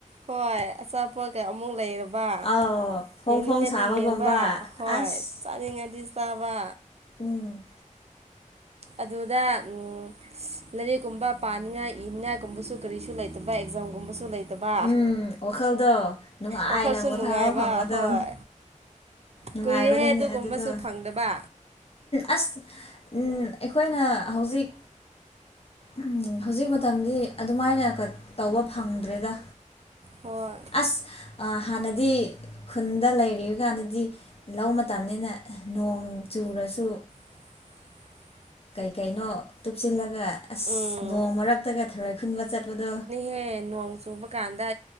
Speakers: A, on the right; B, on the left.
A: ꯍꯣꯏ ꯑꯆꯥꯄꯣꯠꯀ ꯑꯃꯨꯛ ꯂꯩꯔꯕ
B: ꯑꯥꯎ ꯐꯣꯡ
A: ꯌꯦꯡꯅꯤꯡꯉꯗꯤ
B: ꯐꯣꯡ ꯁꯥꯕꯒꯨꯝꯕ
A: ꯌꯦꯡꯕ ꯍꯣꯏ
B: ꯑꯁ
A: ꯆꯥꯅꯤꯡꯉꯗꯤ ꯆꯥꯕ
B: ꯎꯝ
A: ꯑꯗꯨꯗ ꯎꯝ ꯂꯥꯏꯔꯤꯛ ꯀꯨꯝꯕ ꯄꯥꯅꯤꯡꯉꯥꯏ ꯏꯅꯤꯉꯥꯏꯒꯨꯝꯕꯁꯨ ꯀꯔꯤꯁꯨ ꯂꯩꯇꯕ ꯑꯦꯛꯖꯥꯝꯒꯨꯝꯕꯁꯨ ꯂꯩ ꯇꯥꯕ
B: ꯎꯝ ꯋꯥꯈꯜꯗꯣ ꯅꯨꯡꯉꯥꯏꯅ
A: ꯋꯥꯈꯜꯁꯨ
B: ꯄꯣꯊꯥꯕ
A: ꯅꯨꯡꯉꯥꯏꯕ
B: ꯐꯪꯕꯗꯣ
A: ꯍꯣꯏ
B: ꯅꯨꯡꯉꯥꯏꯕꯗꯨꯅꯦ
A: ꯀꯨꯏꯔꯦꯍꯦ ꯑꯗꯨꯒꯨꯝꯕꯁꯨ
B: ꯑꯗꯨꯗꯣ
A: ꯐꯪꯗꯕ
B: ꯑꯁ ꯑꯩꯈꯣꯏꯅ ꯍꯧꯖꯤꯛ ꯎꯝ ꯍꯧꯖꯤꯛ ꯃꯇꯝꯗꯤ ꯑꯗꯨꯃꯥꯏꯅ ꯀꯠ ꯇꯧꯕ ꯐꯪꯗ꯭ꯔꯦꯗ
A: ꯍꯣꯏ
B: ꯑꯁ ꯑꯥ ꯍꯥꯟꯅꯗꯤ ꯈꯨꯟꯗ ꯂꯩꯔꯤ ꯀꯥꯟꯗꯗꯤ ꯂꯧ ꯃꯇꯝꯅꯤꯅ ꯅꯣꯡ ꯆꯨꯔꯁꯨ
A: <inaudible>
B: ꯀꯩꯀꯩꯅꯣ ꯇꯨꯞꯁꯤꯜꯂꯒ ꯑꯁ
A: ꯎꯝ
B: ꯅꯣꯡ ꯃꯔꯛꯇꯒ ꯊꯔꯣꯏ ꯈꯨꯟꯕ ꯆꯠꯄꯗꯣ
A: ꯍꯦ ꯅꯣꯡ ꯆꯨꯕ ꯀꯥꯟꯗ